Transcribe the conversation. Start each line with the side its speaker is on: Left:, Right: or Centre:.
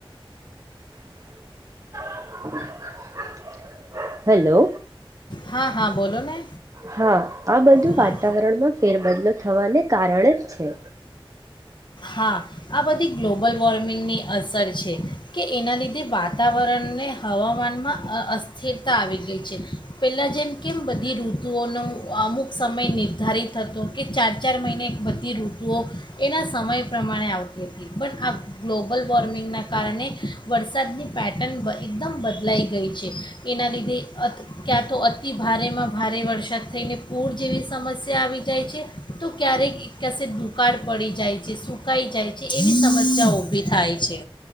Right: <inaudible> હેલો
Left: હા હા બોલો ને
Right: હા આ બધું
Left: હા
Right: વાતાવરણમાં ફેરબદલો થવાને કારણે જ છે
Left: હા આ બધી ગ્લોબલ વોર્મિંગની અસર છે કે એના લીધે વાતાવરણને હવામાનમાં અસ્થિરતા આવી ગઈ છે પહેલાં જેમ કેમ બધી ઋતુઓનું અમુક સમય નિર્ધારિત હતો કે ચાર ચાર મહિને બધી ઋતુઓ એના સમય પ્રમાણે આવતી હતી પણ આ ગ્લોબલ વોર્મિંગના કારણે વરસાદની પેટર્ન એકદમ બદલાઈ ગઈ છે એના લીધે ક્યાં અ ક્યાં તો અતિ ભારેમાં ભારે વરસાદ થઈને પૂર જેવી સમસ્યા આવી જાય છે તો ક્યારેક એક કસે દુકાળ પડી જાય સુકાઈ જાય છે એવી સમસ્યા ઉભી થાય છે